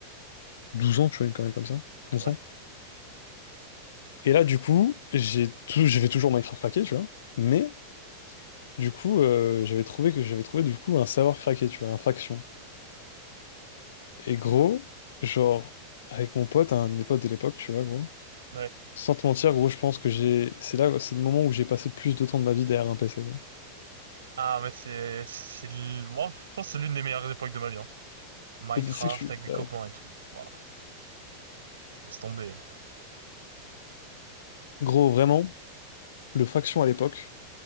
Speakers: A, on the left; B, on the right.
A: 12 ans, tu vois, une connerie comme ça, 11
B: Ouais.
A: ans. Et là, du coup, j'ai tout... j'ai fait toujours Minecraft craqué, tu vois. Mais, du coup, euh, j'avais trouvé que j'avais trouvé, du coup, un serveur craqué, tu vois, un faction. Et gros, genre, avec mon pote, un des potes de l'époque, tu vois, gros.
B: Ouais.
A: Sans te mentir, gros, je pense que j'ai... C'est là, c'est le moment où j'ai passé le plus de temps de ma vie derrière un PC, quoi.
B: Ah, mais c'est, c'est, l- moi, je pense que c'est l'une des meilleures époques de ma vie, hein. Minecraft
A: Et Tu sais que je suis...
B: avec les
A: bah,
B: copains et tout. Ouah, laisse tomber.
A: Gros, vraiment, le Faction à l'époque,